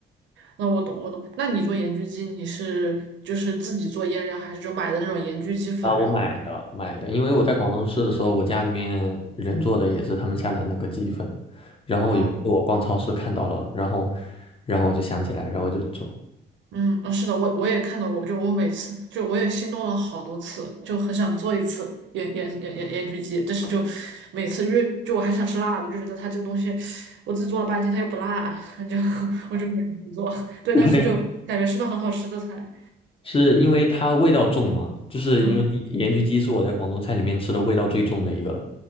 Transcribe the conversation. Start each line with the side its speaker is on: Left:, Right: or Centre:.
Right: 那我懂，我懂。那你做盐焗鸡，你是就是自己做腌料，还是就买的那种盐焗鸡粉？
Left: 啊，我买的买的，
Right: 然后，
Left: 因为我在广东吃的时候，我家里面人做的也是他们下的那个鸡粉，然后有一次我逛超市看到了，
Right: 哦，
Left: 然后然后我就想起来，然后我就做，
Right: 嗯，啊，是的，我我也看到过，就我每次就我也心动了好多次，就很想做一次盐盐盐盐盐焗鸡，但是就每次因为就我还想吃辣的，就觉得它这个东西我自己做了半天它又不辣，<laughs> 就我就没做。<laughs> 对，
Left: <laughs>
Right: 但是就感觉是道很好吃的菜，
Left: 是因为它味道重嘛，就是因为盐焗鸡是我在广东菜里面吃的味道最重的一个了，
Right: 嗯。